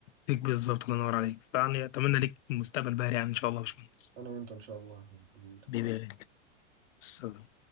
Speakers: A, on the left; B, on the right.
A: ليك بالظبط الله ينور عليك فيعني اتمنى ليك مستقبل باهر يعني ان شاء الله يا باشمهندس
B: انا وانت ان شاء الله يا اخوي. انا وانت ان
A: حبيبي
B: شاء الله
A: يا غالي. السلام